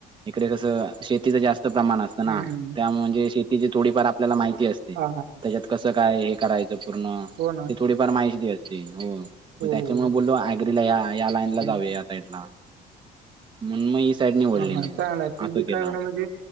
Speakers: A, on the right; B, on the right.
A: इकडे कसं शेतीचं जास्त प्रमाण अस तना
B: हम्म हम्म
A: त्या म्हणजे शेतीची थोडीफार आपल्याला माहिती असते त्याच्यात
B: हा हा
A: कसं काय हे करायचं पूर्ण
B: हो ना.
A: ते थोडीफार माहिती असते हो
B: हो
A: मग त्याच्यामुळे
B: हो
A: बोललो आग्रीला या या लाईनला
B: हम्म.
A: ला जाऊ यात. साईड ला म्हणून‌ मग ही साईड निवडली
B: हा हा
A: मी
B: चांगला आहे ते
A: असं
B: बी
A: केलं.
B: काय म्हणा म्हणजे